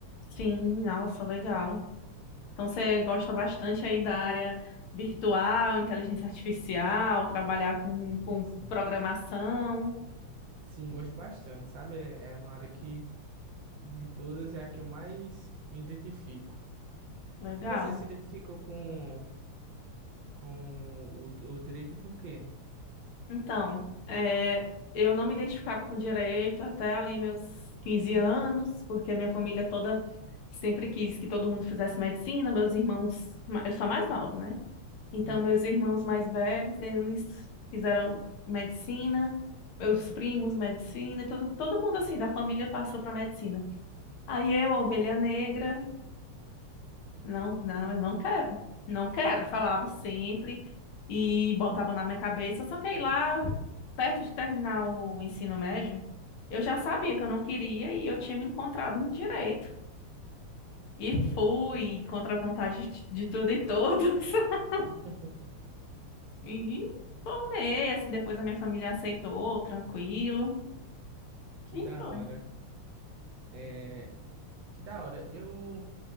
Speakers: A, on the left; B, on the right.
A: Sim, nossa, legal. Então você gosta bastante aí da área virtual, inteligência artificial, trabalhar com,
B: Hum,
A: com
B: Sim.
A: programação.
B: Sim, gosto bastante, sabe? É é uma área que de todas é a que eu mais me identifico.
A: Legal.
B: E você se identificou com, com o, o direito por quê?
A: Então, é, eu não me identificava com direito até ali meus 15 anos, porque a minha família toda sempre quis que todo mundo fizesse medicina. Meus irmãos, ma- eu sou a mais nova, né? Então,
B: Uhum.
A: meus irmãos mais velhos, eles fizeram medicina, meus primos, medicina, e todo, todo mundo assim da família passou para medicina. Aí eu, a ovelha negra, Não, não, eu não quero. Não quero, falava sempre e botavam na minha cabeça. Só que aí lá, perto de terminar o ensino médio, eu já sabia que eu não queria e eu tinha me encontrado no direito. E fui contra a vontade de de tudo e todos. <laughs>
B: <laughs>
A: E formei, assim, depois a minha família aceitou, tranquilo.
B: Que
A: E
B: da
A: foi.
B: hora. É, Que da hora. Eu